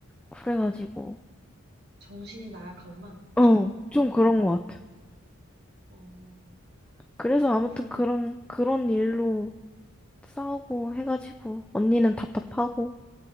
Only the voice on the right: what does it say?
정신이 나약하구만.
어,
그러니,
응,